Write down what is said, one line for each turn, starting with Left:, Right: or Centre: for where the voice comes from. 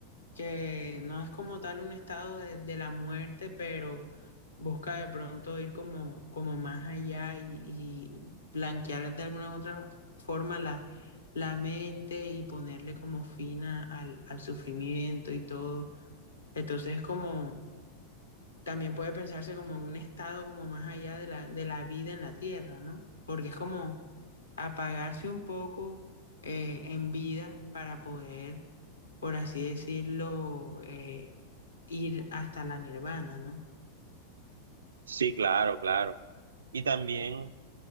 Left: que no es como tal un estado de, de la muerte, pero busca de pronto ir como, como más allá y, y blanquear de alguna u otra forma la, la mente y ponerle como fin a- al, al sufrimiento y todo. Entonces como... también puede pensarse como en un estado como más allá de la, de la vida en la tierra, ¿no? Porque es como apagarse un poco eh, en vida para poder, por así decirlo, eh, ir hasta la nirvana, ¿no?
Right: Sí, claro, claro. Y también,